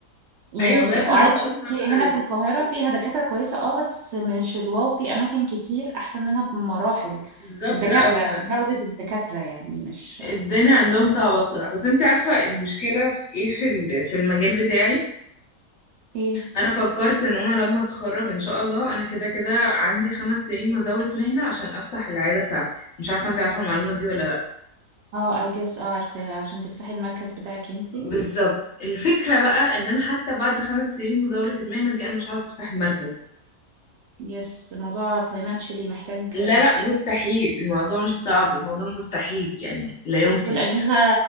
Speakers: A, on the right; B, on the left.
A: يعني
B: ايوه بجد
A: وعايزه
B: الموضوع
A: اقول
B: صعب
A: لك
B: قوي
A: هنا في القاهره فيها دكاتره كويسه اه بس مش الواو في اماكن كتير احسن منها بمراحل
B: بالظبط
A: في الدكاتره
B: لا هم
A: جوده الدكاتره يعني مش
B: الدنيا عندهم صعبة بصراحة بس انت عارفة المشكلة في ايه في ال- في المجال بتاعي
A: ايه
B: انا فكرت ان انا لما اتخرج ان شاء الله انا كده كده عندي خمس سنين مزاولة مهنة عشان افتح العيادة بتاعتي مش عارفة انت عارفة المعلومة دي ولا لا
A: اه اي جس اه عارفه عشان تفتحي المركز بتاعك انتي
B: بالظبط الفكرة بقى ان انا حتى بعد خمس سنين مزاولة المهنة دي انا مش عارفة افتح المركز
A: يس موضوع فاينانشلي محتاج
B: لا لا مستحيل الموضوع مش صعب الموضوع مستحيل يعني لا يمكن
A: والاجهزه